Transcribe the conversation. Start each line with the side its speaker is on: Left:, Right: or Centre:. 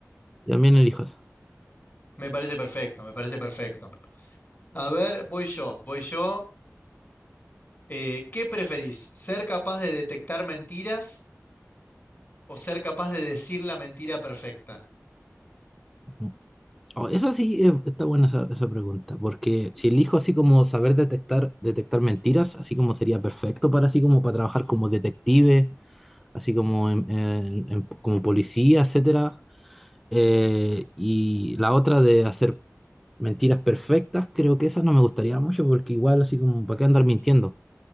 Centre: Y También elijo esa.
Left: Me parece perfecto, me parece perfecto. A ver, voy yo, voy yo. Eh, ¿qué preferís? ¿Ser capaz de detectar mentiras o ser capaz de decir la mentira perfecta?
Centre: Mm. Oh, eso sí, eh, está buena esa, esa pregunta, porque si elijo así como saber detectar, detectar mentiras, así como sería perfecto para así como para trabajar como detective así como, en- en- en- como policía, etcétera. Eh, y la otra de hacer mentiras perfectas, creo que esa no me gustaría mucho porque igual así como, ¿para qué andar mintiendo?